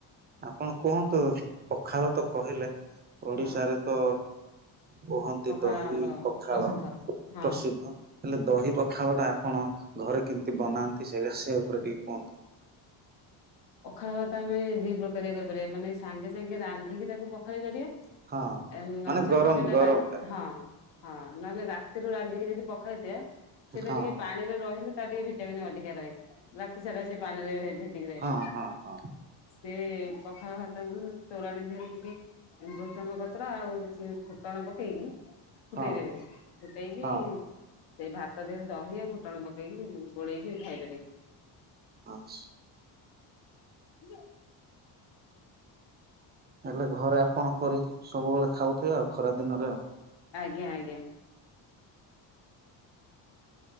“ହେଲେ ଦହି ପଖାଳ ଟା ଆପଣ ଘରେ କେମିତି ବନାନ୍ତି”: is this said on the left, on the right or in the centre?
Right